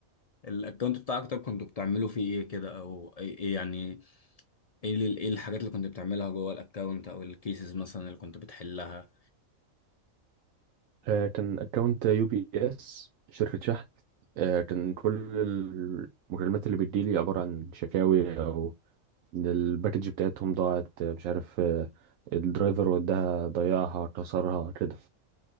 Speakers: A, on the left (about 80°); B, on the right (about 75°).
A: الاكونت بتاعك طب كنتوا بتعملوا فيه ايه كده او ايه إيه يعني ايه ال- ايه الحاجات اللي كنت بتعملها جوه الاكونت او الكيسز مثلا اللي كنت بتحلها
B: آه، كان اكونت يو بي اس شركة شحن آه، كان كل المكالمات اللي بتجيلي عبارة عن شكاوي او إن الباكج بتاعتهم ضاعت آه، مش عارف آه، الدرايفر وداها ضيعها كسرها كده